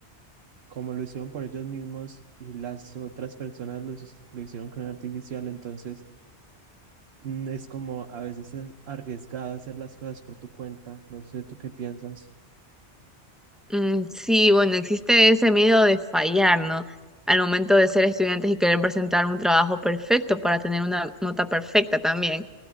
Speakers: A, on the right; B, in the centre.
A: como lo hicieron por ellos mismos y las otras personas lo, hici- lo hicieron con artificial, entonces... mm, Es como a veces es arriesgado hacer las cosas por tu cuenta. No sé, ¿tú qué piensas?
B: Mm, sí, bueno, existe ese miedo de fallar, ¿no? Al momento de ser estudiantes y querer presentar un trabajo perfecto para tener una nota perfecta también.